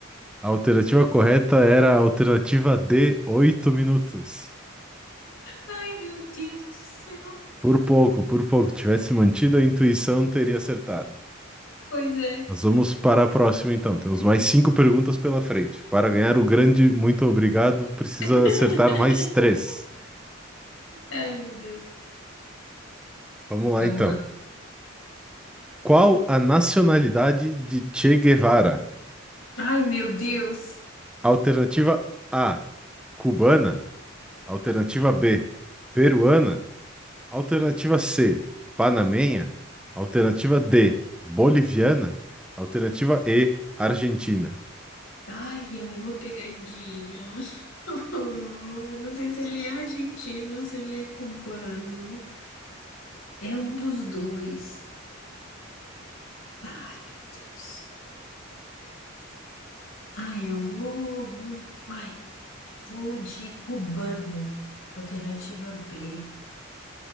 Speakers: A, in the centre; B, on the left (about 80°).
A: A alternativa correta era a alternativa D, 8 minutos.
B: Ai, meu Deus do céu.
A: Por pouco, por pouco. Tivesse mantido a intuição, teria acertado.
B: Pois é.
A: Nós vamos para a próxima, então. Temos
B: Ai,
A: mais cinco perguntas pela frente. Para ganhar o grande muito obrigado, precisa
B: <laughs>
A: acertar mais três.
B: ai, meu Deus.
A: Vamos lá,
B: Vamos
A: então.
B: lá.
A: Qual a nacionalidade de Che Guevara?
B: Ai, meu Deus.
A: Alternativa A, cubana. Alternativa B, peruana. Alternativa C, panamenha. Alternativa D, boliviana. Alternativa E, argentina.
B: Ai, é uma pegadinha. <laughs> Eu não sei se ele é argentino, se ele é cubano. É um dos dois. Ai, meu Deus. Ai, eu vou, vou, ai, vou de cubano. Alternativa B.